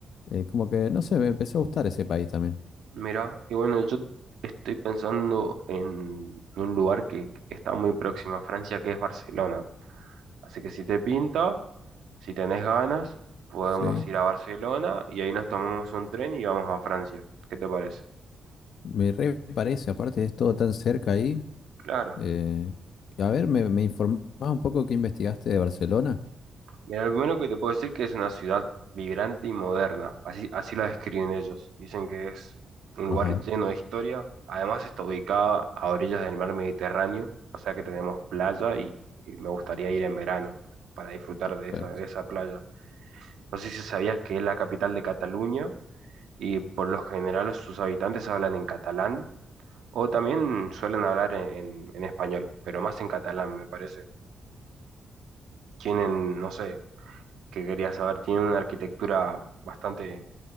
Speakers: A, on the left; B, on the right.
A: eh, como que no sé, me empezó a gustar ese país también.
B: Mira, y bueno, yo estoy pensando en un lugar que está muy próximo a Francia, que es Barcelona. Así que si te pinta, si tenés ganas, podemos
A: Sí,
B: ir a Barcelona y ahí nos tomamos un tren y vamos a Francia. ¿Qué te parece?
A: me re parece, aparte es todo tan cerca ahí,
B: Claro.
A: Eh, a ver, me, me informás un poco qué investigaste de Barcelona.
B: Mira, lo primero que te puedo decir que es una ciudad vibrante y moderna, así, así la describen ellos. Dicen que es un lugar
A: Ajá,
B: lleno de historia, además está ubicada a orillas del mar Mediterráneo, o sea que tenemos playa y, y me gustaría ir en verano para disfrutar
A: perfecto.
B: de esa, de esa playa. No sé si sabías que es la capital de Cataluña y por lo general sus habitantes hablan en catalán o también suelen hablar en, en en español, pero más en catalán me parece. Tienen, no sé que quería saber, tienen una arquitectura bastante